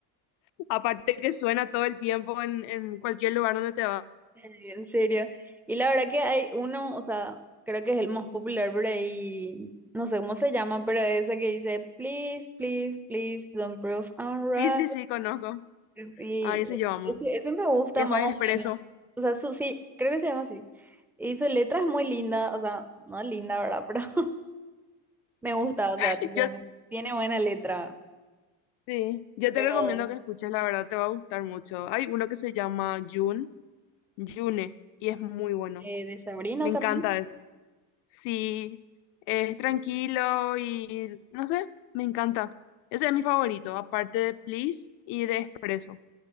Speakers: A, on the left (about 70°); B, in the centre.
A: Aparte que suena todo el tiempo en, en cualquier lugar donde te vas.
B: Eh, En serio. Y la verdad que hay uno, o sea, creo que es el más popular por ahí, no sé cómo se llama, pero esa que dice, please, please, please, don't prove I'm right.
A: Sí, sí, sí, conozco.
B: Sí,
A: Ahí sí yo amo.
B: ese, ese me gusta
A: Y después
B: más o
A: Expreso.
B: menos. O sea, su, sí, creo que se llama así. Y su letra es muy linda, o sea, no linda, ¿verdad? <laughs> Pero me gusta, o
A: <laughs>
B: sea, tipo,
A: Yo,
B: tiene buena letra.
A: sí, yo
B: Pero
A: te recomiendo que escuches, la verdad te va a gustar mucho. Hay uno que se llama Jun, June, y es muy bueno.
B: eh, de Sabrina
A: Me encanta
B: también.
A: eso. Sí, es tranquilo y no sé, me encanta. Ese es mi favorito, aparte de Please y de Expreso.